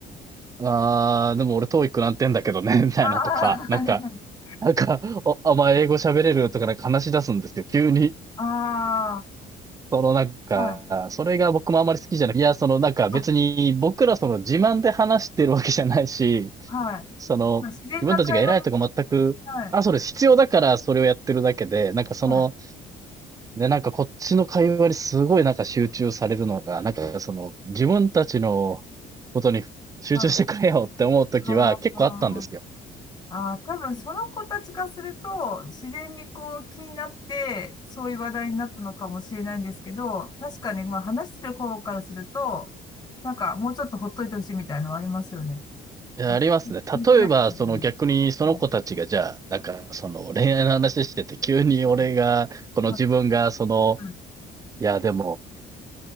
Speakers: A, on the right (about 20°); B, on the left (about 25°).
A: あー、でも俺トーイ i なんてんだけどね、みたいなとか、
B: ああ、はいはい。
A: なんか、なんか、お、お前英語喋れるとかなんか話し出すんですよ、急に。
B: ああ、
A: そのなんか、
B: はい。
A: それが僕もあまり好きじゃない。いや、そのなんか別に僕らその自慢で話してるわけじゃないし、
B: あ、はい。
A: その、
B: まあ、自然な会話の、
A: 自分たちが偉いとか全く、
B: はい。
A: あ、それ必要だからそれをやってるだけで、なんかその、
B: はい。
A: ね、なんかこっちの会話にすごいなんか集中されるのが、なんかその、自分たちのことに集中してくれよって思うときは結構あったんですよ。
B: はい。ああ、ああ、多分その子たちからすると、自然にこう気になって、そういう話題になったのかもしれないんですけど、確かに、まあ話してる子からすると、なんかもうちょっとほっといてほしいみたいなのはありますよね。
A: いやありますね。
B: なんか気にしない。
A: 例えば、
B: うん
A: その逆にその子たちがじゃあ、
B: うん
A: なんかその恋愛の話してて、急に俺が、
B: はい
A: この自分がその、
B: はいはい
A: いやでも、